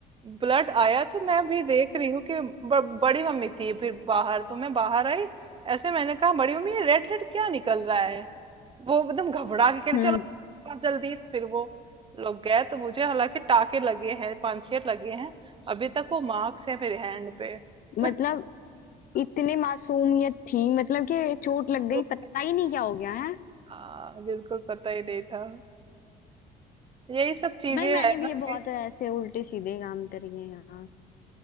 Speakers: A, on the right; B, on the left.
A: ब्लड आया तो मैं भी देख रही हूँ कि ब, बड़ी मम्मी थी फिर बाहर तो मैं बाहर आई ऐसे मैंने कहा बड़ी मम्मी ये रेड रेड क्या निकल रहा है वो एकदम घबरा के कह रही
B: हम्म
A: चलो डॉक्टर के पास जल्दी फिर वो लोग गए तो मुझे हालांकि टाके लगे हैं पांच छह लगे हैं अभी तक वो मार्क्स है मेरे हैंड पे <laughs>
B: मतलब इतने मासूमियत थी मतलब कि चोट लग गई
A: तो
B: पता ही नहीं क्या हो गया है
A: हाँ बिल्कुल पता ही नहीं था यही सब चीजें
B: भाई मैंने
A: है
B: भी
A: ना कि
B: ये बहुत ऐसे उल्टे सीधे काम करे हैं यार